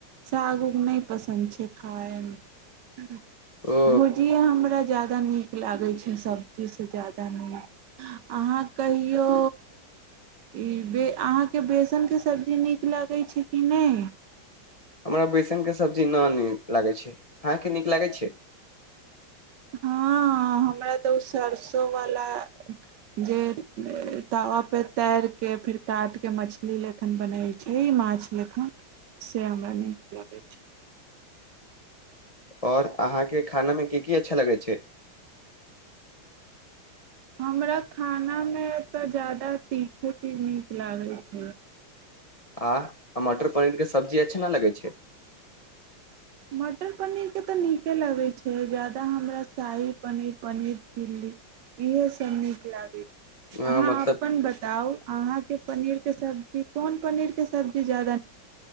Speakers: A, on the right (about 70°); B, on the left (about 55°).
A: साग उग नहि पसन्द छै खाय मे
B: ओ
A: भुझिये हमरा क नीक लागै छै सब जे ज्यादा नहि अहाँ कहियौ ई बे अहाँके बेसनके सब्जी नीक लगै छै कि नहि
B: हमरा बेैसनके सब्जी न नीक लागैत छै अहाँके नीक लागै छै
A: हँ हमरा तऽ ओ सरिसोवला जे तावापर तारि कऽ फेर काटि कऽ मछली लखन बनै छै ई माछ लखन से हमरा नीक लागै छै
B: आओर अहाँके खानामे क की अच्छा लगै छै
A: हमरा खान खना मे तऽ जादा सीखैके नीक लागै छै
B: आ मटर पनीर के सब्जी अच्छा नहि लगै छै
A: मटर पनीर के तऽ नीके लगे छै जादा हमरा शाही पनीर पनीर झिलली इहे सब नीक लागे छै
B: अ
A: अहाँ
B: मतलब
A: अपन बताउ अहाँके पनीर के सब्जी कोन पनीर के सब्जी जाद